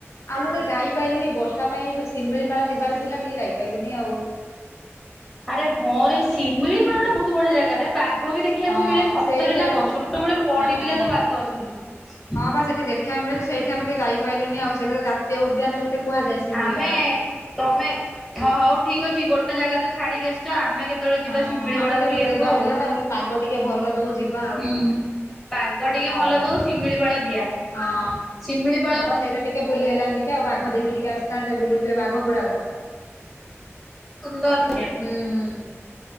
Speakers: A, on the left; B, in the centre.
A: ଆଉ ଗୋଟେ ଯାଇପାଇଲୁନି ବର୍ଷା ପାଇଁ ଯୋଉ ସିମିଳିପାଳ ଯିବାର ଥିଲା ଟିକେ ଯାଇ ପାଇଲୁନି ଆଉ।
B: ଆରେ ହଁ ରେ ଶିମିଳିପାଳ ଟା ବହୁତ ବଢିଆ ଜାଗାଟା। ବାଘ ବି ଦେଖିଆକୁ
A: ହଁ
B: ମିଳେ ସତରେ
A: ସେଇଠି
B: ନା
A: ଆମେ
B: କଁ
A: ଯାଉ
B: ଛୋଟବେେଳେ ପଢିଥିଲେ
A: ହଁ ହଁ।
B: ତ ବାଘ ଅଛନ୍ତି ବୋଲି।
A: ହଁ ପା ସେଠି ଦେ ଖିଆକୁ ମିଳେ ଯେ ସେଇଠୁ ଆମେ ଟିକେ ଯାଇପାଇଲୁନି ଆଉ ସେଟା ତ ଜାତୀୟ ଉଦ୍ୟାନ କୁହାଯାଏ ଶିମିଳିପାଳ।
B: ଆମେ ତମେ ହଁ ହଉ ଠିକ ଅଛି ଗୋଟେ ଜାଗା ତ ଛାଡିକି ଆସିଚ ଆମେ କେତେ କେତେବେଳେ ଯିବା
A: ହଁ
B: ଶିମିଳି
A: ହଁ ଆମେ
B: ପାଳ
A: କେବେ
B: ବୁଲିଆକୁ
A: ଯିବା
B: ଆଉ।
A: ବୁଲିବା ପାଗ ଟିକେ ଭଲ ଦଉ ଯିବା ଆଉ।
B: ହୁଁ। ପାଗ ଟିକେ
A: ହଉ
B: ଭଲ ଦଉ
A: ହଉ
B: ଶିମିଳିପାଳ ଜିଆ
A: ହଁ
B: ଶିମିଳିପାଳ
A: ହଁ ବା ସେଇଟା ଟିକେ ବୁଲିହେଲାନି ଟିକେ ଆଉ ବାଘ ଦେଖି ଟିକେ ଆସିଥାନ୍ତେ ବୁଲୁଥିବେ ବାଘ ଗୁଡାକ।
B: ସୁନ୍ଦର ଦୁନିଆ।
A: ହୁଁ ହୁଁ